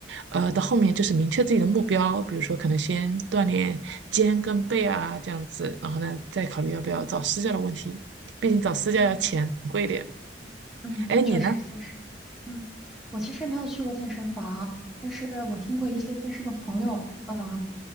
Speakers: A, on the right (about 75°); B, in the centre.
A: 呃，到后面就是明确自己的目标，比如说可能先锻炼肩跟背啊这样子，然后呢再考虑要不要找私教的问题，毕竟找私教要钱贵一点。
B: 嗯，嗯，嗯，
A: 哎，你呢？
B: 确实确实，嗯，我其实没有去过健身房，但是我听过一些健身的朋友，呃，